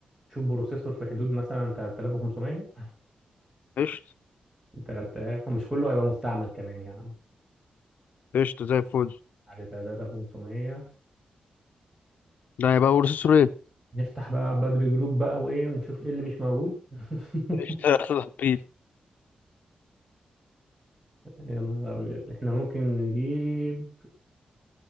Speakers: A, on the right (about 15°); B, on the left (about 85°).
A: شوف بروسيسور في حدود مثلا 3500
B: قشطه
A: 3000 ومش كله هيبقى مستعمل كمان يا عم
B: قشطه زي الفل
A: على 3500
B: ده هيبقى بروسيسور ايه
A: نفتح بقى بدر جروب بقى وايه ونشوف ايه اللي مش موجود <laughs>
B: قشطة يلا بينا
A: يا نهار ابيض احنا ممكن نجيب